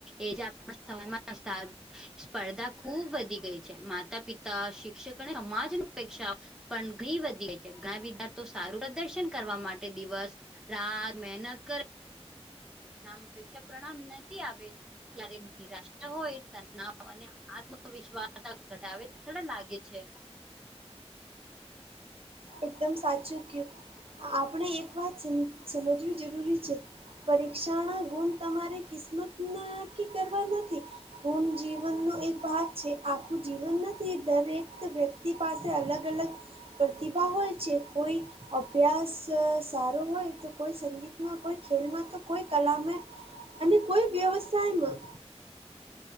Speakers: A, in the centre; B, on the right (about 60°).
A: એજ આપણા સમયમાં <unintelligible> સ્પર્ધા ખુબ વધી ગઈ છે. માતા-પિતા, શિક્ષક અને સમાજપેક્ષા પણ <unintelligible> વધી ગઈ છે ઘણા વિધાર્થીઓ સારું પ્રદર્શન કરવા માટે દિવસ-રાત મહેનત કરે નામ અપેક્ષા પ્રણામ નથી આવે ત્યારે નિરાશા હોય તનાવ અને આત્મવિશ્વાસ ઘટાવે ખડા લાગે છે.
B: એકદમ સાચું કીયુ. આપણે એક વાત સમ સમજવી જરૂરી છે. પરીક્ષાના ગુણ તમારે કિસ્મત નાકી કરવા નથી. ગુણ જીવનનો એક ભાગ છે. આખું જીવન નથી દરેક વ્યક્તિ પાસે અલગ-અલગ પ્રતિભા હોય છે કોઈ અભ્યાસ સારો હોય તો કોઈ સંગીતમાં, કોઈ ખેલમાં તો કોઈ કલામાં અને કોઈ વ્યવસાયમાં